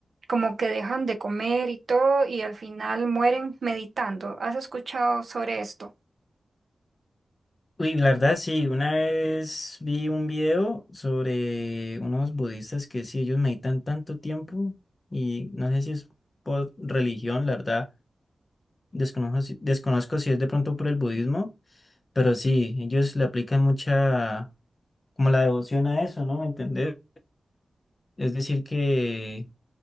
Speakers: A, on the right; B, on the left.
A: como que dejan de comer y todo y al final mueren meditando? ¿Has escuchado sobre esto?
B: Uy, la verdad sí, una vez vi un video sobre unos budistas que sí, ellos meditan tanto tiempo y no sé si es por religión, la verdad, desconozco, si- desconozco si es de pronto por el budismo, pero sí, ellos le aplican mucha, como la devoción a eso, ¿no? ¿Me entendés? Es decir que,